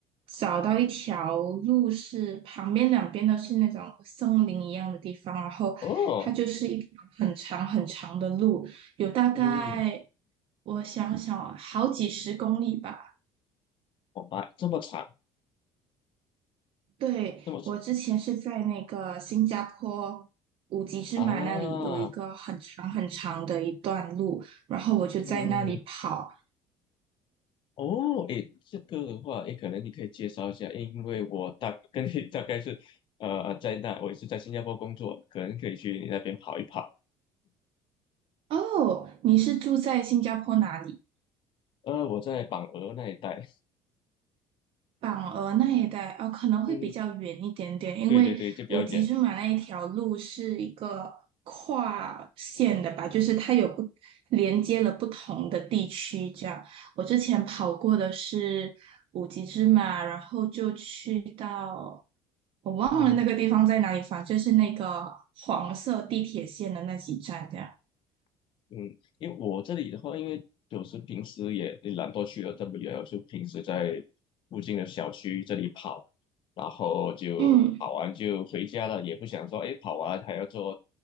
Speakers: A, on the right; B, on the left.
A: 找到一条路是旁边两边都是那种森林一样的地方，然后它就是一条很长很长的路，
B: 哦，
A: 有大概
B: 嗯，
A: 我想想啊好几十公里吧。
B: 我白这么惨，
A: 对，
B: 这么长
A: 我之前是在那个新加坡五级芝马那里有一个很长很长的一段路，
B: 啊，
A: 然后我就在那里跑。
B: 嗯。哦，诶，这个的话，诶，可能你可以介绍一下，诶因为我大跟你 <laughs> 大概是，呃，在那我也是在新加坡工作，可能可以去你那边跑一跑。
A: 哦，你是住在新加坡哪里？
B: 呃，我在榜鹅那一带，
A: 榜鹅那一带哦，可能会比较远一点点，
B: 嗯，
A: 因为五级芝马那一条路是一个跨线的吧，
B: 对对对，就比较远，
A: 就是它有不连接了不同的地区这样。我之前跑过的是五级芝马，然后就去到。我忘了那个地方在哪里，
B: 嗯
A: 反正就是那个黄色地铁线的那几站这样。
B: 嗯，因为我这里的话，因为有时平时也也懒惰去了这么远，我就平时在附近的小区这里跑，然后就跑完就回家了，
A: 嗯，
B: 也不想说，诶，跑完还要坐